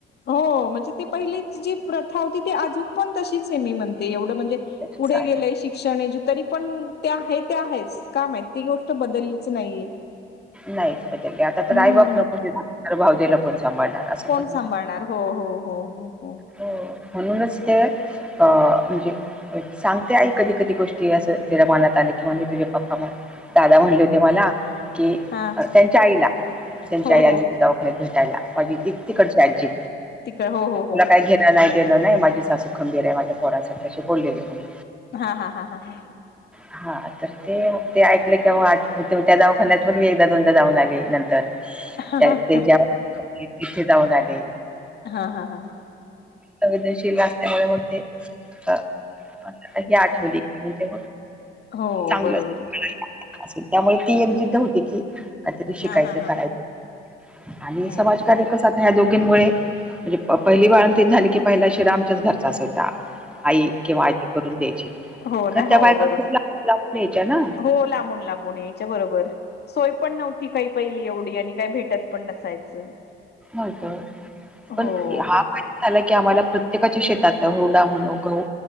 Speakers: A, on the left (about 55°); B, in the centre.
A: हो म्हणजे ते पहिलीच जी प्रथा होती ती आजूक पण तशीच आहे मी म्हणते एवढं म्हणजे
B: त्याचच
A: पुढे
B: आहे
A: गेलंय शिक्षण तरी पण ते आहे ते आहेच का माहित ती गोष्ट बदललीच नाहीये
B: नाहीच बदलली आता तर
A: हम्म
B: आई बाप नको च हे ना भावजेला कोण सांभाळणार असं
A: कोण
B: पण आहे ना
A: सांभाळणार हो हो हो हो हो
B: हो म्हणूनच ते अ म्हणजे सांगते आई कधी कधी गोष्टी असं तिला मनात आले की म्हणजे तुझे पप्पा म्ह दादा म्हणले होते मला की
A: हा
B: त्यांच्या आईला त्यांच्या
A: हो
B: आई आलीस
A: हो.
B: की दवाखान्यात भेटायला माझी ती तिकडची आजी
A: तिकडं हो हो
B: तला
A: हो हो
B: काही घेनं नाही देणं नाही माझी सासू खंबीर आहे माझ्या पोरांसाठी अशी बोललेली म्ह
A: हा हा हा हा हा
B: हा तर ते ते ऐकले क आठवतं हो त्या जा खना पण मी एकदा दोनदा जाऊन आले नंतर
A: हा
B: तेच्या
A: हा का
B: इथे जाऊन आले
A: हा हा हा
B: संवेदनशील असल्यामुळे मग ते अ हे आठवली की म्हणजे
A: हो
B: चांगली
A: बरोबर
B: अस त्यामुळे ती एक जिद्द होती की काहीतरी शिकायचं
A: हा हा हा
B: करायच
A: हा
B: आणि
A: हम्म
B: समाजकार्य कस दोघींमुळे म्हणजे पहिली बाळंतीन झाली की पहिला शिरा आमच्याच घरचा असायचा आई किंवा आजी करून द्यायची
A: हो
B: खरं
A: ना
B: त्या
A: हो
B: बायका
A: बरोबर
B: खूप लागतं लावून घ्यायच्या ना
A: हो लांबून लांबून ये बरोबर सोय पण नव्हती काही पहिली एवढी आणि काही भेटत पण नसायचं
B: नव्हतं पण
A: हो.
B: हा झालं की आम्हाला प्रत्येकाच्या शेतातलं हुरडा म्हणा गहू